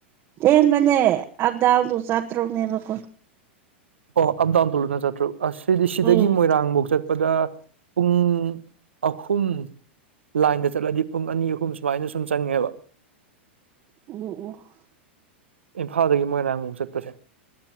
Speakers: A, on the right; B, on the right.
A: ꯇꯦꯟꯕꯅꯦ ꯑꯞ ꯗꯥꯎꯟꯗꯣ ꯆꯥꯠꯇ꯭ꯔꯨꯛꯅꯦꯕꯀꯣ
B: ꯑꯣ ꯑꯞ ꯗꯥꯎꯟ ꯇꯣ ꯂꯨꯄꯥ ꯆꯠꯇ꯭ꯔꯣ ꯑꯁ ꯁꯤꯗꯤ ꯁꯤꯗꯒꯤ
A: ꯎꯝ
B: ꯃꯣꯏꯔꯥꯡꯐꯧ ꯆꯠ ꯄꯗꯥ ꯄꯨꯡ ꯑꯍꯨꯝ ꯂꯥꯏꯟꯗꯥ ꯆꯠꯂꯗꯤ ꯄꯨꯡ ꯑꯅꯤ ꯑꯍꯨꯝ ꯁꯨꯃꯥꯏꯅ ꯁꯨꯝ ꯆꯪꯉꯦꯕ
A: <unintelligible>
B: ꯏꯝꯐꯥꯜꯗꯥꯒꯤ ꯃꯣꯏꯔꯥꯡꯕꯨꯛ ꯆꯠꯄꯁꯦ